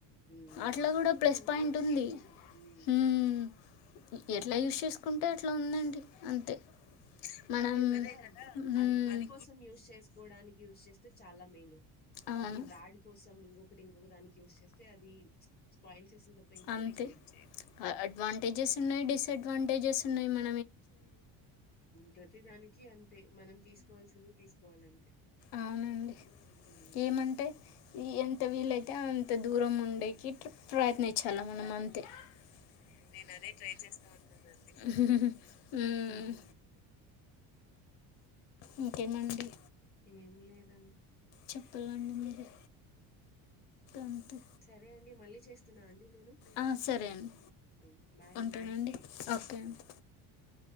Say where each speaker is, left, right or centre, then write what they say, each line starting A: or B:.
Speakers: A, on the left; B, on the left.
A: హ్మ్.
B: అట్లా కూడా
A: నిజం.
B: ప్లస్ పాయింట్
A: యూజ్‌ఫుల్
B: ఉంది
A: హ్మ్.
B: మ్ ఎట్లా యూస్ చేసుకుంటే అట్లా ఉందండి అంతే మనం
A: అదే కదా
B: మ్మ్
A: అది గుడ్ పస్ యూస్ చేసుకోడానికి యూజ్ చేస్తే చాలా మేలు
B: అవును
A: అది బ్యాడ్ కోసం ఇంకొకటి ఇంకొక దానికి చేస్తే అది స్పాయిల్ చేసిన తప్ప ఇంకేం
B: అంతే
A: చేయ
B: అడ్వాంటేజెస్ ఉన్నాయి డిసడ్వాంటేజెస్ ఉన్నాయి మ్
A: ప్రతిదానికి అంతే మనం తీసుకోవాల్సిందిే తీసుకోవాలంతే
B: అవునండి
A: హ్మ్.
B: ఏమంటే ఎం ఎంత వీలైతే అంత దూరం ఉండేకి ప్రయత్నించలే మనం అంతే నేను అదే ట్రై చేస్తా ఉన్నానండి మ్
A: హ్మ్.
B: ఇంకేమండి
A: ఎం లేదండి
B: చెప్పాలండి మీరే అంతే
A: సరే అండి మళ్ళీ చేస్తున్నా అండి నేను
B: ఆ, సరే అండి
A: మ్ బాయ్
B: ఉంటానండి
A: అండి
B: ఓకే అండి
A: మ్ మ్